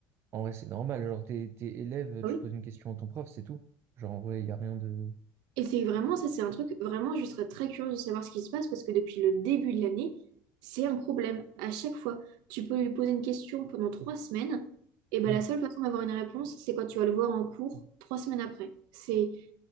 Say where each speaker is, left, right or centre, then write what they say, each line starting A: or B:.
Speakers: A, on the right; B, on the right.
A: en vrai, c'est normal. Genre, t'es, t'es élève,
B: Ah
A: tu
B: oui
A: poses une question à ton prof, c'est tout. Genre, en vrai, il n'y a rien de.
B: Et c'est vraiment, ça c'est un truc, vraiment, je serais très curieuse de savoir ce qui se passe parce que depuis le début de l'année, c'est un problème. À chaque fois, tu peux lui poser une question pendant trois semaines, et ben
A: Hmm.
B: la seule façon d'avoir une réponse, c'est quand tu vas le voir en cours trois semaines après. C'est